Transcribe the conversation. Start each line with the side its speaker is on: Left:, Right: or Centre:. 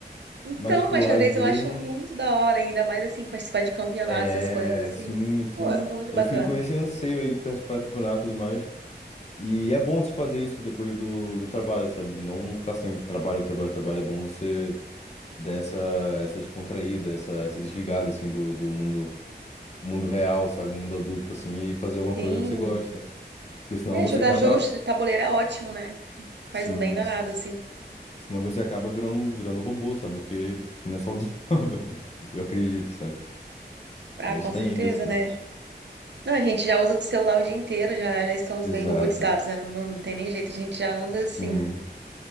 Right: Então,
Left: Mas, tipo,
Right: mas xadrez
Left: às vezes.
Right: eu acho muito da hora, ainda mais assim, participar de campeonatos,
Left: É,
Right: essas coisas
Left: sim,
Right: assim.
Left: sim.
Right: Pô, é muito
Left: Eu
Right: bacana.
Left: fico com esse anseio aí de participar do campeonato e tudo mais. E é bom você fazer isso depois do, do trabalho, sabe? Não ficar sempre trabalho, trabalho, trabalho. É bom você dessa essa descontraída, essa, essa desligada assim do, do mundo mundo real, sabe, mundo adulto assim e fazer alguma coisa
Right: Sim.
Left: que você gosta. Porque senão
Right: É,
Left: você
Right: jogar
Left: acaba,
Right: jogos de tabuleiro é ótimo, né? Faz
Left: sim,
Right: um bem danado,
Left: se-
Right: assim.
Left: senão você acaba virando virando robô, sabe, o que que não é saudável. <laughs> Eu acredito, sabe?
Right: Ah,
Left: Mas
Right: com
Left: tá
Right: certeza,
Left: ainda assim.
Right: né? Não, a gente já usa o celular o dia inteiro, já, já estamos
Left: Exato.
Right: meio robotizados, né? Não, não tem nem jeito, a gente já anda
Left: Sim,
Right: assim.